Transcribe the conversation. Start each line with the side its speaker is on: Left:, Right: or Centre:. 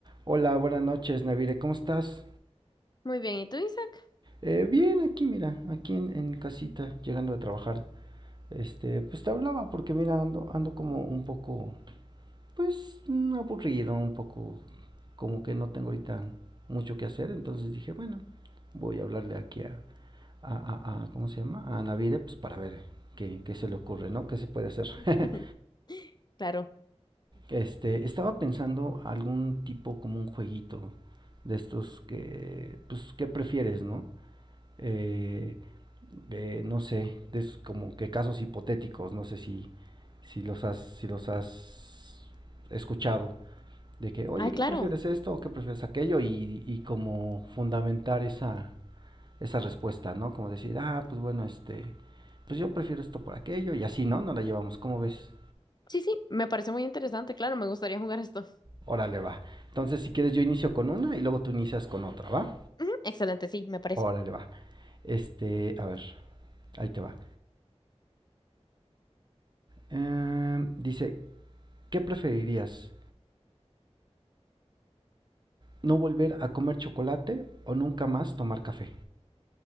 Right: Hola, buenas noches, Navire, ¿cómo estás?
Left: Muy bien, ¿y tú, Isaac?
Right: Eh, bien, aquí, mira, aquí en, en casita, llegando a trabajar. Este, pues te hablaba porque, mira, ando, ando como un poco, pues, mm, aburrido, un poco, como que no tengo ahorita mucho que hacer. Entonces dije, bueno, voy a hablarle aquí a, a, a- a- ¿cómo se llama? A Navire, pues para ver qué, qué se le ocurre, ¿no? ¿Qué se puede hacer?
Left: <laughs>
Right: <laughs>
Left: Claro.
Right: Este, estaba pensando algún tipo como un jueguito de estos que, pues, ¿qué prefieres, no? eh, eh, no sé, es como que casos hipotéticos, no sé si, si los has, si los has escuchado, de que, oye,
Left: Ay,
Right: ¿qué
Left: claro.
Right: prefieres esto o qué prefieres aquello? Y, y como fundamentar esa, esa respuesta, ¿no? Como decir, ah, pues bueno, este, pues yo prefiero esto por aquello y así, ¿no? No la llevamos, ¿cómo ves?
Left: Sí, sí, me parece muy interesante, claro, me gustaría jugar esto.
Right: Órale, va. Entonces, si quieres, yo inicio con una y luego tú inicias con otra, ¿va?
Left: Ujú, Excelente, sí, me parece.
Right: Órale, va. Este, a ver, ahí te va. Em, dice, ¿qué preferirías? No volver a comer chocolate o nunca más tomar café.